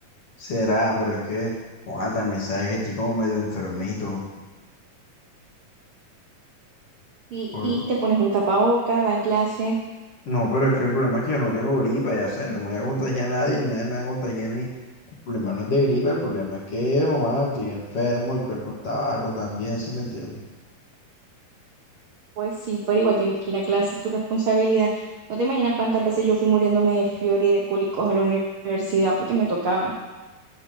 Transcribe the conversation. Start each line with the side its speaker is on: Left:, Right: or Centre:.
Left: será, pero es que, joda, también sabes que estoy como medio enfermito.
Right: Y,
Left: Por-
Right: y te pones un tapaboca, da clases
Left: No, pero es que el problema es que yo no tengo gripa, ya sabes, yo no voy a contagiar a nadie, ni nadie me va a contagiar a mí. problema no es de gripe, el problema es que, joa, estoy enfermo, el cuerpo está barro también, ¿sí me entiendes?
Right: Pues sí, pero igual tienes que ir a clases, tu responsabilidad. No te imaginas cuántas veces yo fui muriéndome de fiebre y de cólicos a la uni- universidad porque me tocaba.